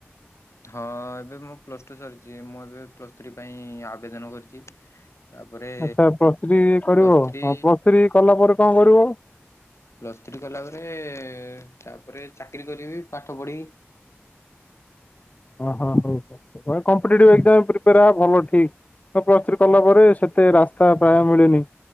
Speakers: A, on the left (about 85°); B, on the left (about 35°).
A: ହଁ ଏବେ ମୁଁ ପ୍ଲସ ଟୁ ସରିଛି ମୁଁ ଏବେ ପ୍ଲସ୍ ଥ୍ରୀ ପାଇଁ ଆବେଦନ କରିଛି ତାପରେ
B: ଆଚ୍ଛା ପ୍ଲସ ଥ୍ରି କରିବ
A: ପ୍ଲସ୍ ଥ୍ରୀ
B: ପ୍ଲସ ଥ୍ରି କଲା ପରେ କଣ କରିବ
A: ପ୍ଲସ୍ ଥ୍ରି କଲା ପରେ ତାପରେ ଚାକିରୀ କରିବି ପାଠ ପଢ଼ିବି
B: ଓ ହଁ ହଁ ହଉ କମ୍ପିଟେଟିଭ ଏକ୍ସାମ୍ ପାଇଁ ପ୍ରିପେୟାର ହେବା ଭଲ ଠିକ ପ୍ଲସ ଥ୍ରି କଲା ପରେ ସେତେ ରାସ୍ତା ପ୍ରାୟ ମିଳେନି